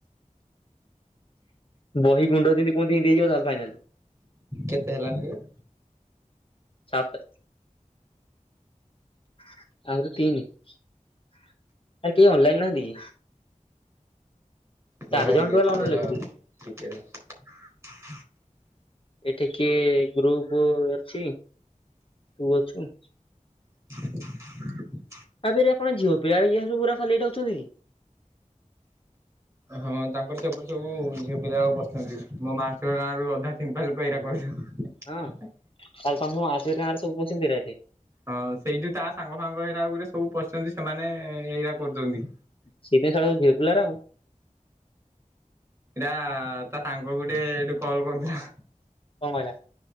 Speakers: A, on the left; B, on the right.
A: ବହି ଗୁଣ୍ଡ ଦମିତି କୁହନ୍ତି। ଏମିତି ହେଇଯିବ ତାହେଲେ ଫାଇନାଲ
B: କେତେ ହେଲାଣି କିରେ।
A: ସାତେ <inaudible> ଆହୁରି ତିନି <inaudible> ଆହୁରି କେହି ଅନଲାଇନ ନାହାନ୍ତି। ଚାରି
B: ରହ
A: ଜଣ
B: ଟିକେ
A: ଟୋଟାଲ
B: ଟିକେ
A: ଅନଲାଇନ
B: ର
A: ଲେଖୁଛନ୍ତି
B: ଟିକେ ର <inaudible>
A: ଏଠି କିଏ ଗ୍ରୁପ ଅଛି ତୁ ଅଛୁ।
B: <inaudible>
A: ଆପରେ କଣ ଝିଅ ପିଲାବୁ ପୁରା ଖାଲି ଏଇଟା ଅଛନ୍ତି କି?
B: ହଁ ତାଙ୍କର ସେପଟ ସବୁ ଝିଅ ପିଲା। ଛନ୍ତି ମୋ ମାସଆ ଗାଁ ରରୁ ଅଧା ତିନିପଲୋକ ଏଇଟା କହୁଛ।
A: ହଁ କାଲି ତଙ୍କୁ ଆବି ଟଙ୍କାରେ ସବୁ ପୁଛନ୍ତି ସେ ଏଠି
B: ହଁ ସେଇଠି ତା ସାଙ୍ଗ ଫାଙ୍ଗ ହେରା ଗୁରେ ସବୁ ପଶୁଛନ୍ତି ସେମାନେ ଏଇରା କରୁଛନ୍ତି।
A: ସେଇଥିପାଇଁ ଶଳା ସବୁ ଝିଅ ପିଲାରା ଆଉ
B: ଏଇଟା ତା ସାଙ୍ଗ ଗୋଟେ ଏଇଠି କଲ କରୁଥିଲା।
A: କଣ କହିଲା?